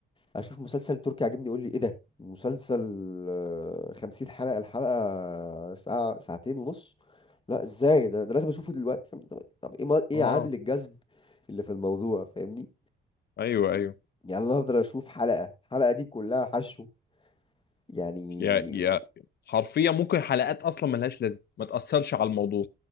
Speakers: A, on the left; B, on the left.
A: اشوف مسلسل تركي عاجبني يقول لي ايه ده مسلسل آه، 50 حلقه الحلقه ساعه ساعتين ونص لا ازاي ده, ده لازم اشوفه دلوقتي فاهم طب, طب ايه ما- ايه
B: اه
A: عامل الجذب اللي في الموضوع فاهمني
B: ايوه ايوه
A: يعني انا هفضل اشوف حلقه الحلقه دي كلها حشو يعني
B: يا يا حرفيا ممكن حلقات اصلا ملهاش لازمه ما تاثرش على الموضوع